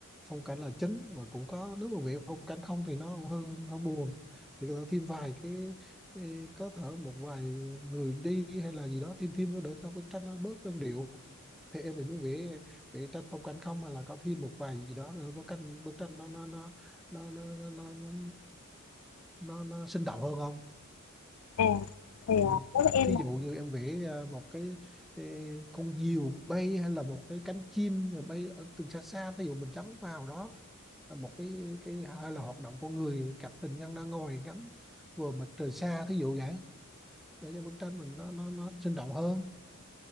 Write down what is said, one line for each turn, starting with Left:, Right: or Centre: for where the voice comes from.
Centre: phong cảnh là chính và cũng có nếu mà việc phong cảnh không thì nó cũng hơi hơi buồn thì có thể thêm vài cái, cái có thể một vài người đi hay là gì đó thêm thêm nó đỡ cho bức tranh nó bớt đơn điệu thì em thì muốn vẽ vẽ tranh phong cảnh không mà là có thêm một vài gì đó nữa bức tranh bức tranh nó nó nó nó nó nó nó, nó, nó, nó sinh động hơn không
Left: À, thì à,
Centre: Ừ.
Left: đối với em
Centre: Thí
Left: là
Centre: dụ như em vẽ à, một cái ê, con diều bay hay là một cái cánh chim rồi bay ở từ xa xa thí dụ mình chấm vào đó là một cái cái hay là hoạt động của người cặp tình nhân đang ngồi ngắm vừa mặt trời xa thí dụ vậy để cho bức tranh mình nó nó nó sinh động hơn